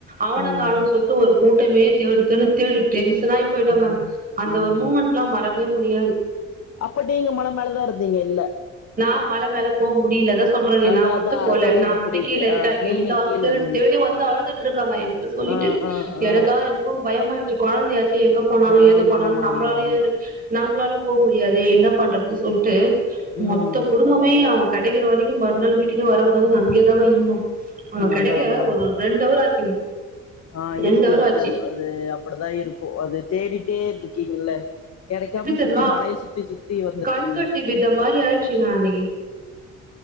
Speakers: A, on the right; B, on the left.
A: அவனக்கானனு
B: ம்
A: சொல்லிட்டு ஒரு கூரு மே தேடுதேடுன்னு தேடிட்டு டென்ஷனாயி போயிட்டோங்க
B: ம்
A: அந்த
B: ம்
A: ஒரு மூமெண்ட் எல்லா மறக்கவே முடியாது
B: அப்ப நீங்க மலை மேலதா இருந்தீங்க இல்ல
A: நா மல மேல போ முடியல அதான் சொல்றேனே
B: அதா
A: நா மட்டு
B: அதா
A: போல
B: புரியுது
A: நான் மட்டும்
B: புரியுது
A: கீழ இருக்கே
B: ஆ நீங்க
A: எல்லாரு
B: கீழ
A: தேடி
B: இருந்தீங்க
A: தேடி வந்து அழ துட்டு இருக்காங்க என்கிட்ட சொல்லிட்டு
B: ஆ ஆ ஆ
A: எனக்கா எனக்கு பயமாடுச்சு குழந்தையாசே சே எங்க போனானோ ஏது
B: ஆமா
A: போனானோ
B: ஆமா
A: நம்பளாலயு
B: ஆமா ஆமா
A: ஏது நம்மளாலு போக முடியாது என்ன பண்றது சொல்ட்டு
B: ம்
A: மொத்த குடும்பமே அவன் கிடைக்கிற வரைக்கு மறுநாள் வீட்டுக்கே வரக்கூடாதுன்னு அங்கயே தாங்க இருந்தோ அவ கிடைக்க
B: அதா அதா
A: ஒரு ரெண்டு அவர் ஆச்சுங்க
B: ஆ
A: ரெண்டு
B: இருக்கு
A: அவர்
B: இருக்கு
A: ஆச்சு
B: அது அப்படிதான் இருக்கு அது தேடிட்டே இருக்கீங்கல்ல கிடைக்காம
A: எப்டி தெரியுமா
B: சுத்தி மலய சுத்தி சுத்தி வந்திருப்பீங்க
A: கண்கட்டி வித மாரி ஆயிடுச்சுங்க அன்னைக்கு